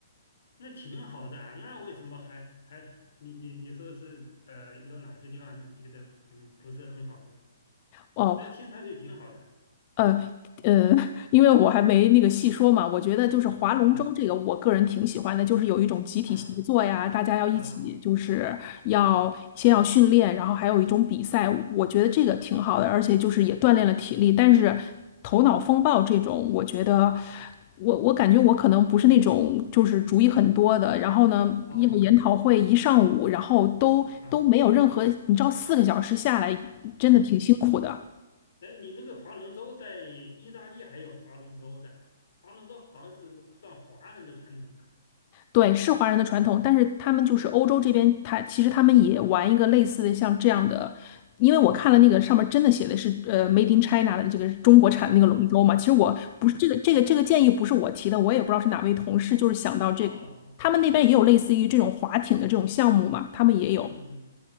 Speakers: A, on the left (about 65°); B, on the left (about 30°).
A: 那挺好的啊那为什么还还你你你说是呃有哪些地方你觉得嗯不是很好的？
B: 哦，
A: 但听上去挺好的
B: 呃呃，<laughs> 因为我还没那个细说嘛，我觉得就是划龙舟这个，
A: 啊
B: 我个人挺喜欢的，就是有一种集体协作呀，
A: 啊
B: 大家要一起，
A: 啊啊哦
B: 就是要先要训练，然后还有一种比赛，我觉得这个挺好的，而且就是也锻炼了体力，但是头脑风暴这种，我觉得。我我感觉我可能不是那种就是主意很多的，然后呢，
A: 哦哦
B: 要研讨会一上午，然后都都没有任何，
A: 啊
B: 你知道四个小时下来真的挺辛苦的。
A: 啊！哎，你那个划龙舟在意大利还有划龙舟的，划龙舟好像是算华人的传统吧？
B: 对，是华人的传统，但是他们就是欧洲这边，他其实他们也玩一个类似的像这样的，因为我看了那个上面真的写的是呃 “Made in China” 的这个中国产的那个龙舟嘛。
A: 哦哦
B: 其实我不是这个这个这个建议不是我提的，我也不知道是哪位同事就是想到这个，
A: 哦哦哦，
B: 他们那边也有类似于这种划艇的这种项目嘛，他们也有。
A: 嗯嗯